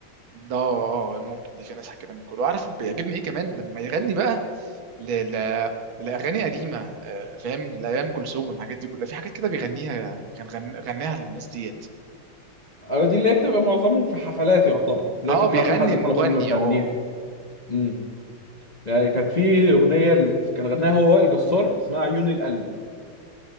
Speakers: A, on the right (about 70°); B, on the left (about 30°).
A: ده اه ممكن دي في ناس الكلام ده كله عارف بيعجبني ايه كمان لما يغني بقى ل... ل... لاغاني قديمه آه، فاهم لايام كلثوم والحاجات دي كلها في حاجات كده بيغنيها كان غن... غناها للناس ديت
B: أو دي اللي هي بتبقى معظمهم في حفلات يعتبر تلاقي
A: اه
B: في الحفله
A: بيغني
B: حد
A: المغني
B: طلب منه يغنيها
A: اه
B: امم يعني كانت في اغنيه ل- كان غناها هو وائل جسار اسمها عيون القلب